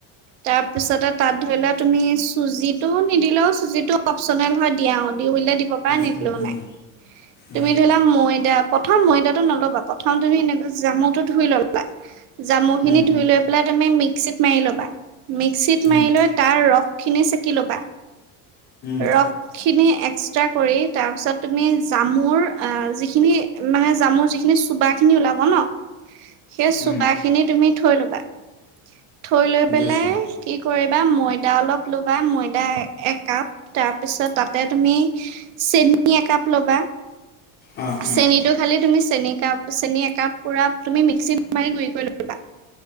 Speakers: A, on the right; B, on the left.
A: তাৰপিছতে- তাত ধৰি লোৱা তুমি চুজিটো নিদিলেওঁ চুজিটো অপচনেল হয় দিয়াওঁ দিওঁ বুলিলে দি- ব পাৰা
B: উম
A: নিদিলেওঁ
B: উম
A: নাই।
B: উম
A: তুমি ধৰি‌ লোলা ময়দা প্ৰথম ময়দাটো নলবা, প্ৰথম তুমি এনেকুৱা জামুটো ধুই লবা। জামু খিনি
B: উম উম
A: ধুই লৈ পেলাই- তুমি মিক্সিত মাৰি ল'বা, মিক্সিত
B: উম
A: মাৰি
B: উম
A: লৈ তাৰ ৰস খিনি চেকি ল'বা।
B: উম
A: ৰস খিনি এক্সট্ৰা কৰি তাৰপিছত তুমি, - জামুৰ অ যিখিনি মানে জামুৰ যিখিনি চুবা খিনি ওলাব ন- সেই
B: উম
A: চোবাখিনি তুমি থৈ ল'বা, থৈ লৈ পেলাই-
B: বুজিছো
A: কি কৰিবা ময়দা অলপ ল'বা ময়দা একাপ তাৰপিছত তাতে তুমি, - চেনি একাপ লবা।
B: অ', অ',
A: চেনিটো খালি তুমি চেনি কাপ চেনি একাপ পুৰা তুমি মিক্সিত মাৰি গুৰি কৰি ল- বা